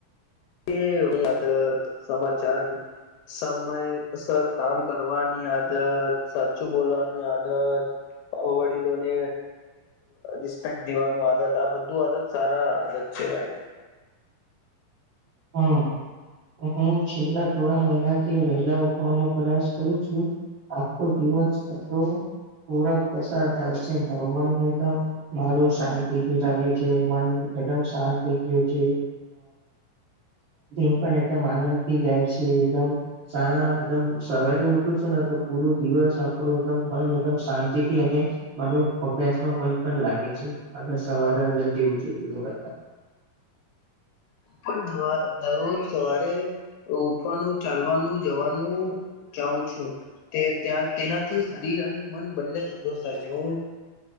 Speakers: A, on the left (about 85°); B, on the right (about 80°).
A: એયા સમાચાર સમયસર કામ કરવાની આદત સાચું બોલવાની આદત વડીલોને રિસ્પેક દેવાનું આદત આ બધું આદત સારા આદત છે ભાઈ.
B: હા હું છેલ્લા થોડા મહિના થી વહેલા ઉઠવાનો પ્રયાસ કરું છું. આખો દિવસ સારો પૂરક પસાર થાય છે મારું મન એકદમ મારું શાંતિ ભી રહે છે મન એકદમ શાંત થઈ ગયું છે. દન પણ એકદમ આનંદ થથી જાય છે એકદમ સારા એકદમ સવારે ઉઠું છેું ને તો પૂરો દિવસ આપણું એકમ મન એકદમ શાંતિ થી અને મારો અભ્યાસમાં મન પણ લાગે છે આગ સવારે જલ્દી ઉછું જુું કરલા
A: પણ દરરોજ સવારે ઉઠવાનું ચાલવાનું જવાનું જાઉં છું તે ત્યાં તેનાથી શરીર અને મન બંને તંદુસ્ત થાય છે હું.